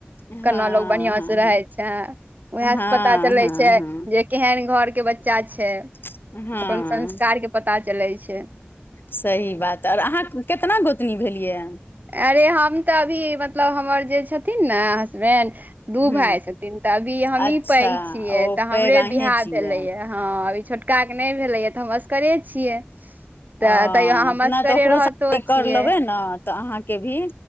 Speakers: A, on the left; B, on the right.
A: हँ
B: केना लोग बढ़िआं से रहै छै उएह
A: हँ हँ
B: से पता चलै
A: हँ
B: छै जे केहन घर के बच्चा छै?
A: <inaudible> हँ
B: अपन संस्कारके पता चलैय छै।
A: सही बात आर अहाँ केतना गोतनी भेलिये यै?
B: अरे हम तऽ अभी मतलब हमर जे छथिन ने हसबैंड दू
A: हँ
B: भाय छथिन तऽ अभी हमहीं
A: अच्छा
B: पैघ छियै
A: ओ
B: तऽ
A: पैघ
B: हमरे
A: अहीं
B: बिहा
A: छियै
B: भेले यैऽ हँ अभी छोटका के नहि भेलैए तऽ हम असकरे छियै। तऽ
A: अ
B: तैयो हम असगरे
A: नहि तऽ ओकरो
B: रहितो छियै
A: कर लेबै ने तऽ अहाँके भी